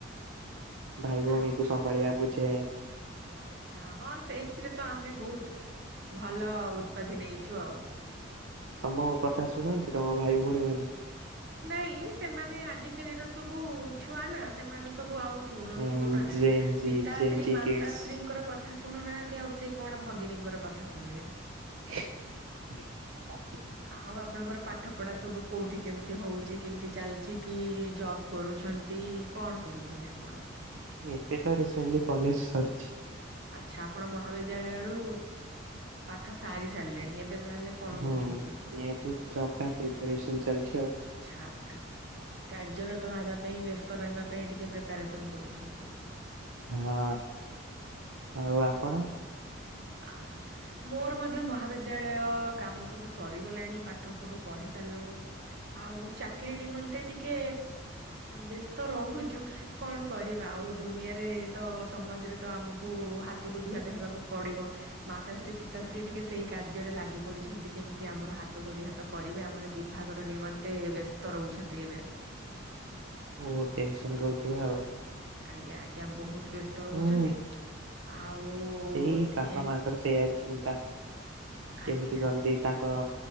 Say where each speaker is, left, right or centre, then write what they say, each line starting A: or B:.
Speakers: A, on the right; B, on the right.
A: ଭାଇ ଭଉଣୀ
B: ଆ-
A: ଙ୍କୁ ସମ୍ଭାଳିଆ ବୁଝେଏ।
B: ଆଚ୍ଛା ହଁ ସେ ଏଥିରେ ତ ଆମେ ବହୁତ ଭଲ ଉତ୍ପାଧି ନେଇଛୁ ଆଉ।
A: ତମ କଥା ଶୁଣନ୍ତି ତମ ଭାଇ ଭଉଣୀ ମାନେ?
B: ନାଇଁ ସେମାନେ ଆଜିକାଲିର ସବୁ ଛୁଆ ନା ସେମାନେ ସବୁ ଆଉ ଶୁଣୁ
A: ହୁଁ
B: ଶୁଣୁନାହାନ୍ତି
A: ଜେନଜି
B: ପିତାଶ୍ରୀ
A: ଜେନଜି
B: ମାତାଶ୍ରୀଙ୍କର
A: କିଡସ୍
B: କ ଥା ଶୁଣୁନାହାନ୍ତି ଆଉ ସେ କଣ ଭଗିନୀଙ୍କର କଥା ଶୁଣିବେ
A: <unintelligible>
B: ଆଉ ଆପଣଙ୍କର ପାଠ ପଢା ସବୁ କୋଉଠି କେମିତି ହଉଛି କେମିତି ଚାଲିଛି? କି ଜବ କରୁଛନ୍ତି କଣ କରୁଛନ୍ତି ଆପଣ?
A: ଏବେ ତ ରିସେଣ୍ଟଲି କଲେଜ ସରିଛି।
B: ଆଚ୍ଛା ଆପଣ ମହାବିଦ୍ୟାଳୟରୁ ପାଠ ସାରି ସାରିଲେଣି ଏବେ ତାହେଲେ କଣ
A: ହୁଉ
B: କରୁଛନ୍ତି?
A: ଏବେ ଚପ୍ ପାଇଁ ପ୍ରିପାରେସନ ଚାଲିଛି ଆଉ
B: ଆଚ୍ଛା ଆଚ୍ଛା କାର୍ଯ୍ୟରତ ରହିବା ପାଇଁ ବ୍ୟସ୍ତ ରହିବା ପାଇଁ ଟିକେ ପ୍ରିପାରେସନ କରୁଛନ୍ତି।
A: ହଁ ଆଉ ଆପଣ?
B: ଆ ମୋର ମଧ୍ୟ ମହାବିଦ୍ୟାଳୟ କାମ ସବୁ ସରିଗଲାଣି ପାଠ ସବୁ ପଢି ସାରିଲୁଣୁ ଆଉ ଚାକିରି ନିମନ୍ତେ ଟିକେ ବ୍ୟସ୍ତ ରହୁଛୁ କଣ କରିବା ଆଉ ଦୁନିଆରେ ତ ସମାଜରେ ତ ଆମକୁ ହାତକୁ ଦିହାତ ହେବାକୁ ପଡିବ ମାତାଶ୍ରୀ ପିତାଶ୍ରୀ ଟିକେ ସେଇ କାର୍ଯ୍ୟରେ ଲାଗି ପଡିଛନ୍ତି କେମିତି ଆମର ହାତ କୁ ଦି ହାତ କରିବେ ଆମର ବିଭାଗର ନିମନ୍ତେ ବ୍ୟସ୍ତ ରହୁଛନ୍ତି ଏବେ
A: ଓ ଟେନସନ ରହୁଥିବା ଆଉ
B: ଆଜ୍ଞା ଆଜ୍ଞା ବହୁତ ବ୍ୟସ୍ତ ରହୁଛନ୍ତି।
A: ହୁଁ
B: ଆଉ
A: ସେଇ
B: ଟିକେ
A: ବାପା ମାଙ୍କର ସେଇଆ ଚିନ୍ତା
B: ଆଜ୍ଞା
A: କେମିତି ଜଲଦି ତାଙ୍କ